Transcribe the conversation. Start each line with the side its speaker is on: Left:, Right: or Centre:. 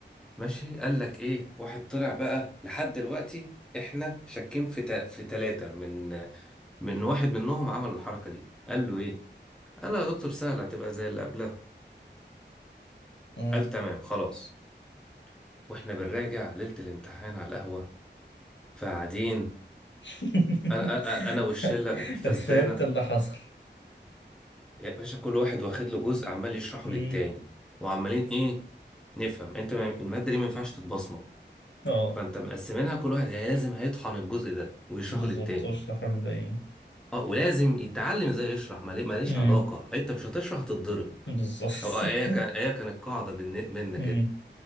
Centre: ماشي قال لك ايه واحد طلع بقى لحد دلوقتي احنا شاكين في تا- في ثلاثة من من واحد منهم عمل الحركة دي قال له ايه قال له يا دكتور سهلة هتبقى زي اللي قبلها
Left: مم.
Centre: قال تمام خلاص واحنا بنراجع ليلة الامتحان على القهوة فقاعدين
Left: <laughs>
Centre: انا انا أنا والشلة الفسدانة
Left: فهمت اللي حصل
Centre: يا باشا كل واحد واخد له جزء عمال يشرحه
Left: امم
Centre: للتاني وعمالين ايه نفهم انت ما- المادة دي ما ينفعش تتبصمج
Left: اه
Centre: فانت مقسمينها كل واحد لازم هيطحن الجزء ده ويشرحه
Left: بالظبط
Centre: للتاني
Left: واشرح الباقيين
Centre: اه ولازم يتعلم ازاي يشرح مالي- ماليش
Left: امم
Centre: علاقة انت مش هتشرح هتتضرب
Left: بالظبط
Centre: او آه، ايه كان
Left: <laughs>
Centre: ايه كانت قاعدة بن- منك
Left: امم
Centre: كده.